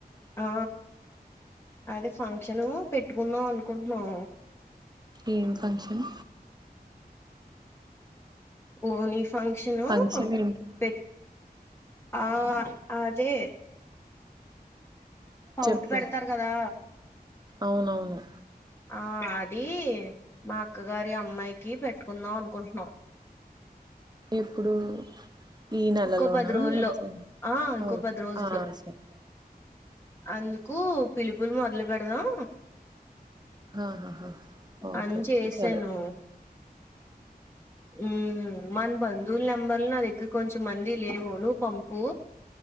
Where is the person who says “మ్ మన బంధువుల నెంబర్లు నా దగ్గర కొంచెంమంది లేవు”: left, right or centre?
Left